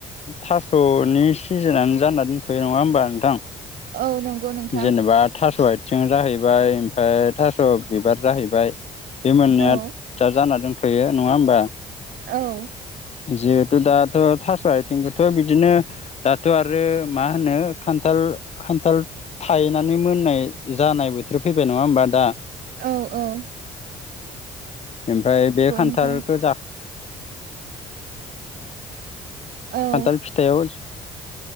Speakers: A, on the left; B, on the right.
A: थास'नि सिजोनानो जाना दोनथ'यो नङा होमबा नोंथां?
B: औ नंगौ नोंथां
A: जेनेबा थास' आथिं जाहैबाय ओमफाय थास' बिबार जाहैबाय। बे मोननैया
B: औ
A: दा जाना दोंथ'यो नङा होमबा?
B: औ
A: जिहेथु दाथ' थास' आथिंखौथ' बिदिनो दाथ' आरो मा होनो खान्थाल। खान्थाल थायनानै मोननाय जानाय बोथोर फैबाय नङा होमबा दा?
B: औ-औ
A: ओमफ्राय बे खान्थालखो
B: नोंथां औ
A: खानथाल फिथाइआव